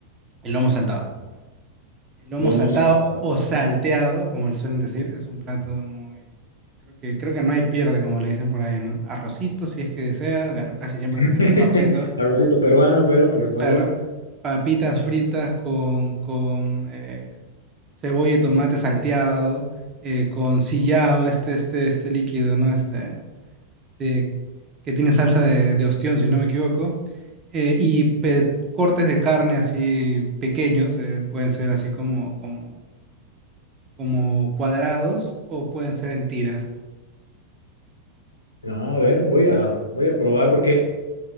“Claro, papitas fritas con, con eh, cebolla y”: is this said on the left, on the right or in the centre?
Right